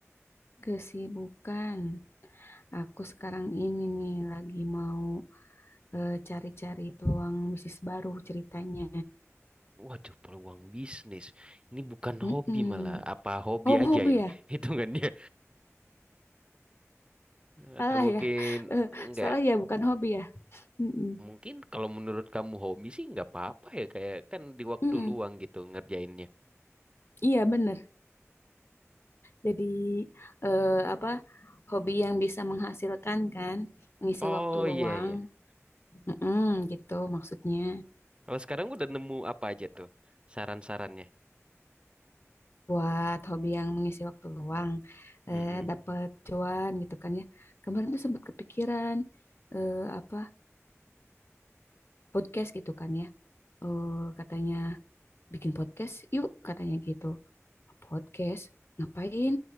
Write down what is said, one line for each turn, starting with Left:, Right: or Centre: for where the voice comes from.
Left: Kesibukan. Aku sekarang ini nih lagi mau eh, cari-cari peluang bisnis baru ceritanya.
Right: Waduh, peluang bisnis. Ini bukan
Left: Mm-mm.
Right: hobi malah. Apa hobi
Left: Oh,
Right: aja
Left: hobi
Right: ini
Left: ya?
Right: <laughs> hitungannya? Atau
Left: Salah
Right: mungkin
Left: ya. <laughs> Eh,
Right: enggak?
Left: salah ya, bukan hobi ya. Mm-mm.
Right: Mungkin kalau menurut kamu hobi sih nggak apa-apa ya. Kayak kan di waktu
Left: Mm-mm.
Right: luang gitu ngerjainnya.
Left: Iya, bener. Jadi eh, apa? Hobi yang bisa menghasilkan kan, mengisi
Right: Oh
Left: waktu
Right: iya
Left: luang.
Right: iya.
Left: Mm-mm, gitu maksudnya.
Right: Kalau sekarang udah nemu apa aja tuh saran-sarannya?
Left: buat hobi yang mengisi waktu luang
Right: Mm-mm.
Left: eh, dapat cuan gitu kan ya kemarin tuh sempat kepikiran eh, apa podcast gitu kan ya Eh, katanya bikin podcast yuk katanya gitu podcast ngapain